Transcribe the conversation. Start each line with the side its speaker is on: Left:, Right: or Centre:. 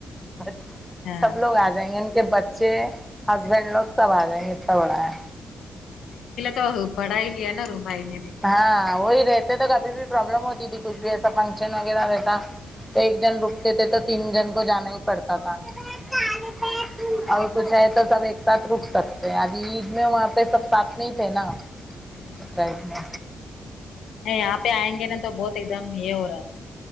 Centre: بھ
Left: اچھا
Centre: سب لوگ آ جائیں گے ان کے بچے ہسبینڈ لوگ سب آ جائیں گے اتنا بڑا ہے
Left: ہاں اس کے لیے تو بڑا ہی لیا نا روم بھای نے بھی
Centre: ہاں وہی رہتے تو کبھی بھی پرابلم ہوتی تھی کچھ بھی ایسا فنکشن وغیرہ رہتا تو ایک جن رکتے تھے تو تین جن کو جانا ہی پڑتا تھا <unintelligible>
Left: ہاں
Centre: ساتھ رک سکتے ہیں ابھی عید میں وہاں پہ سب ساتھ میں ہی تھے نا
Left: ہ ہ
Centre: بکرہ عید
Left: ہ
Centre: میں
Left: نہیں یہہ پے آئیں گے نا تو بہت ایک دم یہ ہو رہا تھا